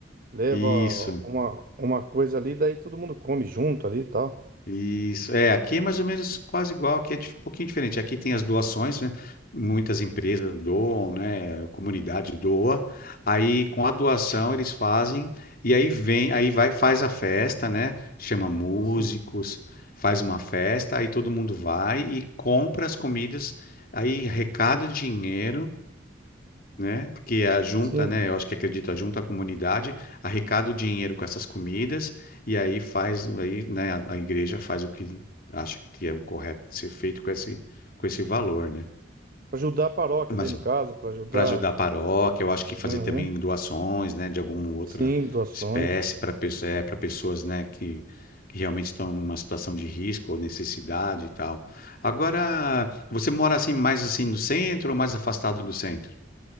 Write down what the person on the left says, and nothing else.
isso,
isso. É, aqui é mais ou menos quase igual, aqui é dif- um pouquinho diferente. Aqui tem as doações, né? Muitas empresas doam, né? A comunidade doa. Aí com a doação eles fazem e aí vem, aí vai faz a festa, né? Chama músicos,
faz uma festa, aí todo mundo vai e compra as comidas, aí arrecada o dinheiro. né? Porque a junta,
né? Eu acho que acredito, a junta a comunidade arrecada o dinheiro com essas comidas e aí faz, aí, né? A, a igreja faz o que acha que é o correto de ser feito com esse, com esse valor, né?
Mas
para ajudar a paróquia, eu acho que fazer
também doações, né? De alguma outra
espécie para pessoa, é, para pessoas, né? Que que realmente estão numa situação de risco ou necessidade e tal. Agora, você mora assim mais assim no centro ou mais afastado do centro?